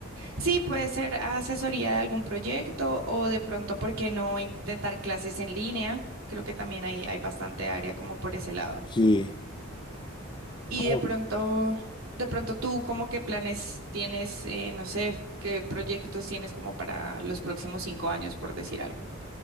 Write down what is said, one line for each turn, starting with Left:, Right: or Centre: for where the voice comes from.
Right: Sí, puede ser asesoría de algún proyecto o de pronto, ¿por qué no intentar clases en línea? Creo que también hay, hay bastante área como por ese lado.
Left: Sí.
Right: Y
Left: Ah, ok.
Right: de pronto, de pronto tú, ¿cómo qué planes tienes, eh, no sé, qué proyectos tienes como para los próximos cinco años, por decir algo?